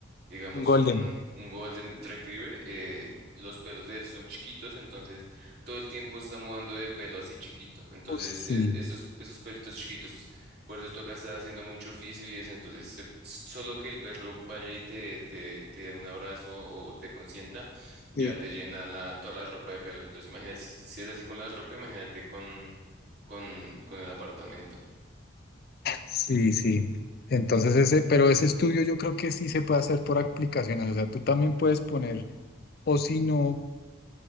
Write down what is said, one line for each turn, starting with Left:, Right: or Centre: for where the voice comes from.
Right: digamos,
Left: Un Golden.
Right: un, un golden retriever, eh, los pelos de él son chiquitos, entonces todo el tiempo está mudando de pelo así chiquito, entonces
Left: Uy,
Right: e- esos, esos pelitos chiquitos, por eso toca estar haciendo mucho oficio y eso, entonces se- solo que el perro vaya y te, te, te dé un abrazo o te consienta ya
Left: Sí.
Right: te llena la, toda la ropa de pelos. Entonces, imagínate, si, si es así con la ropa, imagínate con, con, con el apartamento.
Left: Sí, sí. Entonces ese, pero ese estudio yo creo que sí se puede hacer por aplicaciones. O sea, tú también puedes poner, o si no,